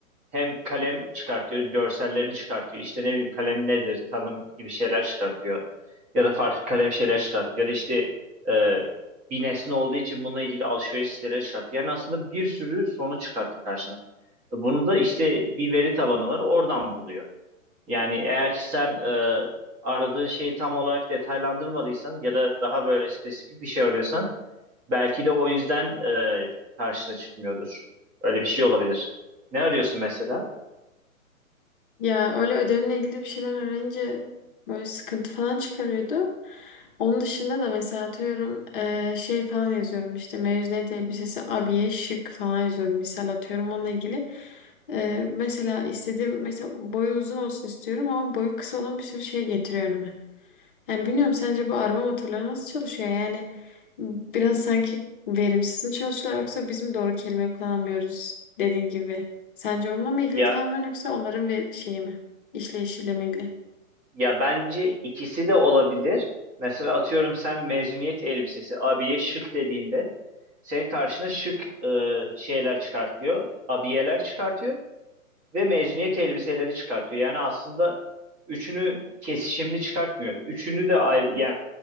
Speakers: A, on the right; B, on the left.
A: hem kalem çıkartıyor, görsellerini çıkartıyor. İşte ne bileyim kalem nedir, tanım gibi şeyler çıkartıyor. Ya da farklı kalem şeyler çıkartıyor. Ya da işte e, bir nesne olduğu için bununla ilgili alışveriş siteleri çıkartıyor. Yani aslında bir sürü sonuç çıkartıyor karşına. Bunu da işte bir veri tabanı var, oradan buluyor. Yani eğer ki sen e, aradığın şeyi tam olarak detaylandırmadıysan ya da daha böyle spesifik bir şey arıyorsan Belki de o yüzden e, karşına çıkmıyordur. Öyle bir şey olabilir. Ne arıyorsun mesela?
B: Ya öyle ödevimle ilgili bir şeyler arayınca böyle sıkıntı falan çıkarıyordu. Onun dışında da mesela atıyorum eee, şey falan yazıyorum işte mezuniyet elbisesi abiye şık falan yazıyorum misal atıyorum onunla ilgili. Eee, mesela istediğim mesela boyu uzun olsun istiyorum ama boyu kısa olan bir sürü şey getiriyor önüme. Yani bilmiyorum sence bu araba motorları nasıl çalışıyor? Yani biraz sanki verimsiz mi çalışıyorlar yoksa biz mi doğru kelime kullanamıyoruz dediğin gibi. Sence onunla mı ilgili
A: Ya
B: tamamen yoksa onların ve şeyi mi? İşleyişiyle mi ilgili?
A: ya bence ikisi de olabilir. Mesela atıyorum sen mezuniyet elbisesi abiye şık dediğinde senin karşına şık e, şeyler çıkartıyor. Abiyeler çıkartıyor. ve mezuniyet elbiseleri çıkartıyor. Yani aslında üçünü kesişimli çıkartmıyor. Üçünü de ayrı, yani